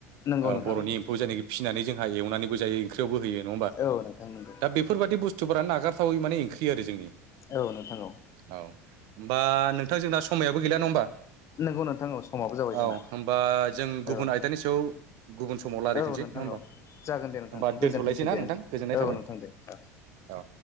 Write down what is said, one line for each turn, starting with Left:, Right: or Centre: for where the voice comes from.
Left: नंगौ
Right: ओ
Left: नोंथां
Right: बर'नि
Left: नंगौ
Right: एमफौ जायनाखि फिनानै जोंहा एवनानैबो जायो ओंख्रियावबो होयो नङा होमबा?
Left: औ नोंथां नंगौ।
Right: दा बेफोरबाददि बुस्थुफोराानो नागारथावै माने ओंख्रि आरो जोंनि।
Left: औ नोंथां औ।
Right: औ। बा नोंथांजोंना समायाबो गैला नङा होमबा।
Left: नंगौ नोंथां औ समाबो जाबाय
Right: औ
Left: जोंना
Right: होनबा जों
Left: औ
Right: गुबुन आयदानि सायाव गुबुन समाव रालायफिनसै
Left: औ नोंथां
Right: नङा होमबा
Left: औ जागोन दे नोंथां
Right: होमबा
Left: गोजोनथोंसै
Right: दोन्थ'लायसै ना
Left: दे
Right: नोंथां गोजोननाय थाबाय।
Left: औ नोंथां दे औ
Right: औ।